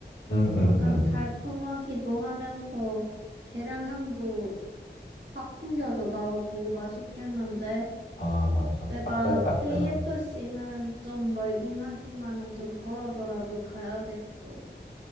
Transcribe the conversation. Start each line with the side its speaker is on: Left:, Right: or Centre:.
Left: 응, 응,
Right: 약간
Left: 응.
Right: 달콤하기도 하면서 계량향도 팍 풍겨져 나오고 맛있겠는데.
Left: 아, 맞아.
Right: 내가
Left: 따끈따끈하게.
Right: KFC는 좀 멀긴 하지만은 좀 걸어서라도 가야겠어.